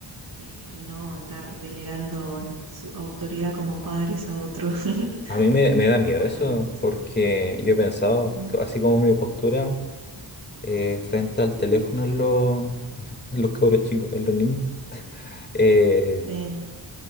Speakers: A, on the right; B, on the left.
A: eh, y no estar delegando su autoridad como padres a otros. <laughs>
B: A mí me, me da
A: Pero
B: miedo
A: bueno,
B: eso,
A: es-
B: porque yo he pensado,
A: Ujú.
B: co- así como mi postura eh, frente al teléfono en los, <laughs> en los cabros chicos, en los niños. eh,
A: Sí,